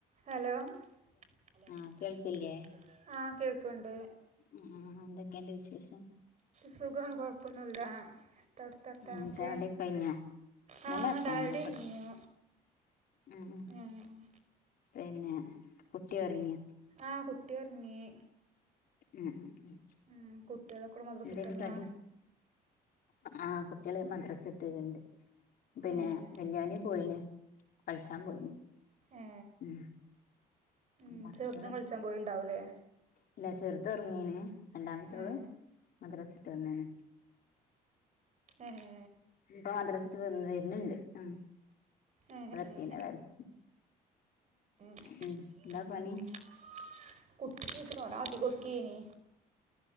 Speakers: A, on the right; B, on the left.
A: Hello hello
B: ആഹ് കേൾക്കില്ലേ
A: കേൾക്കുന്നില്ലേ ആഹ് കേക്ക്ണ്ട്
B: ആഹ് ആഹ് എന്തൊക്കെണ്ട് വിശേഷം?
A: സുഖാണ് കുഴപ്പൊന്നില്ല. എന്താ അവിടത്തെ വർത്താനൊക്കെ
B: ഉം ചായുടിയൊക്കെ കഴിഞ്ഞോ
A: ആ
B: നല്ല വർത്താനങ്ങള്
A: ചായ കുടി
B: പ
A: കഴിഞ്ഞു.
B: ഉം ഉം
A: ആഹ് ആഹ്
B: പിന്നെ കുട്ടി ഒറങ്ങിയോ
A: ആഹ് കുട്ടി ഒറങ്ങി.
B: ഉം ഉം ഉം
A: ഉം കുട്ടികളെക്കൂടെ മദ്രസ്
B: എന്തേനി
A: വിട്ടെന്ന?
B: കടി ആഹ് കുട്ടികള് മദ്രാസ ഇട്ടരുണ്ട്. പിന്നെ
A: ഏ
B: വല്യൺ പോയിന് കളിച്ചാൻ പോയിന്
A: ഏ
B: ഉം
A: ഉം
B: രണ്ടാമത്തോള്
A: ചെറുതും കളിച്ചാൻ പോയിണ്ടാവലേ?
B: ഇല്ല ചെറുത് ഉറങ്ങീന് രണ്ടാമത്തോള്
A: ഏ
B: മദ്രാസ ഇട്ട് വന്നാണ്.
A: ഏഹ്
B: ഇപ്പൊ മദ്രസ വിട്ട് വന്ന് വരുന്നുണ്ട് ഉം
A: ഏഹ്
B: ഇവിടെ
A: ഏഹ്
B: എത്തീണ് ഏതായാലും
A: <unintelligible>
B: ഉം എന്താ പണി
A: ട്ടി കുട്ടീനി